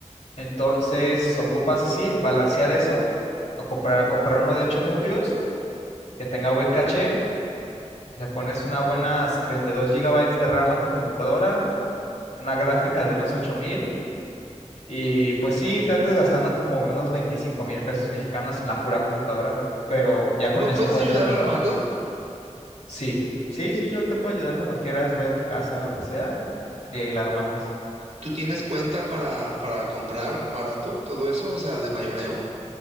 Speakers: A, on the left (about 70°); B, on the right (about 75°).
A: Entonces ocupas, sí, balancear eso, o comprar, comprar uno de ocho núcleos que tenga buen caché, le pones una buenas 32 gigabytes de RAM a tu computadora, una gráfica de unos 8000. Y pues sí, te andas gastando como unos 25 mil pesos mexicanos en la pura computadora, pero ya
B: ¿Tú
A: con
B: me
A: eso
B: puedes
A: puedes
B: ayudar
A: hacer de
B: a
A: todo.
B: armarla?
A: Sí, sí, sí, yo te puedo ayudar cuando quieras, voy a tu casa, lo que sea, y ahí la armamos.
B: ¿Tú tienes cuenta para, para comprar barato todo eso? O sea, de mayoreo.